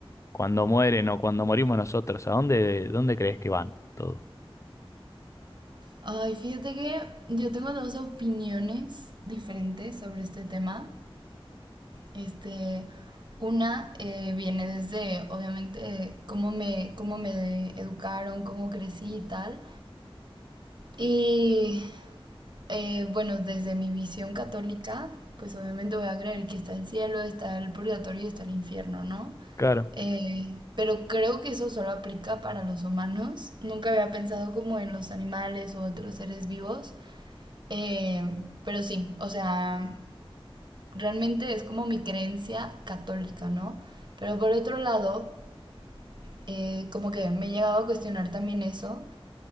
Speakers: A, on the left (about 30°); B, on the right (about 50°).
A: cuando mueren o cuando morimos nosotros, ¿a dónde, dónde crees que van todo?
B: Ay, fíjate que yo tengo dos opiniones diferentes sobre este tema. Este, una eh, viene desde, obviamente, cómo me, cómo me educaron, cómo crecí y tal. Y Eh, bueno, desde mi visión católica, pues obviamente voy a creer que está el cielo, está el purgatorio y está el infierno, ¿no?
A: Claro,
B: Eh, pero creo que eso solo aplica para los humanos. Nunca había pensado como en los animales u otros seres vivos. Eh, pero sí, o sea, realmente es como mi creencia católica, ¿no? Pero por otro lado, eh, como que me he llegado a cuestionar también eso